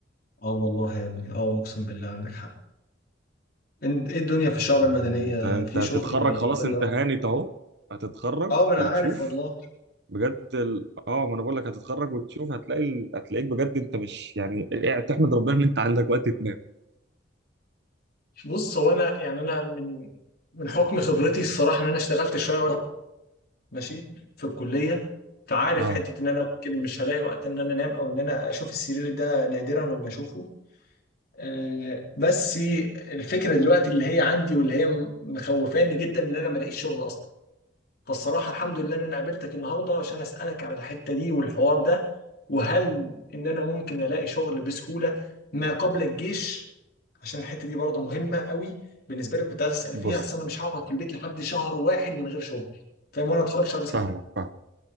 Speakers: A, on the left; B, on the right.
A: اه والله يا ابني اه اقسم بالله عندك حق ان- ايه الدنيا في الشعب
B: يعني
A: المدنية
B: انت انت
A: في
B: هتتخرج
A: شغل ولا
B: خلاص
A: الدنيا
B: انت هانت اهو هتتخرج
A: اه ما انا
B: وتشوف
A: عارف والله
B: بجد ال... اه ما انا بقول لك هتتخرج وتشوف هتلاقي ال... هتلاقيك بجد انت مش يعني قاعد تحمد ربنا ان انت عندك وقت تنام
A: بص هو انا يعني انا من من حكم خبرتي الصراحه ان انا اشتغلت شويه وانا ماشي في الكليه فعارف
B: اه
A: حته ان انا ممكن مش هلاقي وقت ان انا انام او ان انا اشوف السرير ده نادرا لما اشوفه آه، بس الفكره دلوقتي اللي هي عندي واللي هي م- مخوفاني جدا ان انا ما الاقيش شغل اصلا فالصراحه الحمد لله ان انا قابلتك النهارده عشان اسالك على الحته دي والحوار ده وهل ان انا ممكن الاقي شغل بسهوله ما قبل الجيش عشان الحته دي برضه مهمه قوي بالنسبه لي كنت عايز اسال
B: بص
A: فيها اصل انا مش هقعد في البيت لحد شهر واحد من غير شغل فاهم وانا اتخرج شهر 6
B: فاهمك فاهم